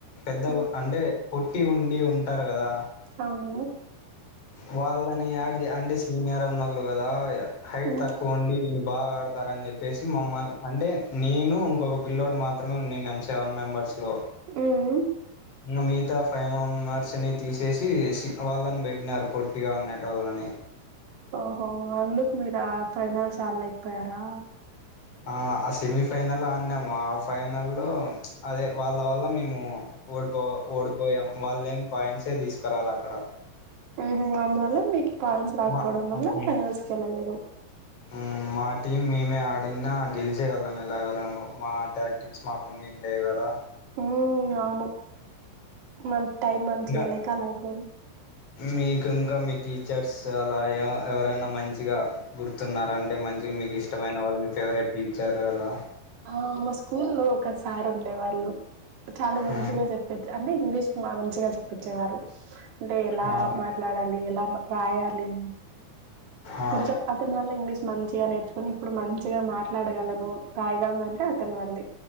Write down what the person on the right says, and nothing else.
మ్మ్
అవును
మ్మ్
మ్మ్
ఓహో అక్ మీరా ఫైనాల్ ఆడలేకపోయారా
ఉమ్ అలా వాళ్ల పాయింట్స్ రాకపోవడం
వాళ్ళ
ఫైనల్స్ కీ వెళ్ళలేదు
అ అవును మన టైమ్ మంచిగాలేక
అలా అయిపో
ఆ మా స్కూల్ లో ఒక సార్ ఉండే వాళ్ళు చాలా మంచిగా
చెప్పేది అండి ఇంగ్లీష్ మంచిగా చెప్పించేవారు అంటే ఎలా
మాట్లాడలి ఎలా రయాలి
కొంచెం అతని వల్ల ఇంగ్లీష్ మంచిగా నేర్చుకుొని ఇప్పుడు మంచిగా మాట్లాడగలను రాయగలను అంటే అతనీ వాళ్ళే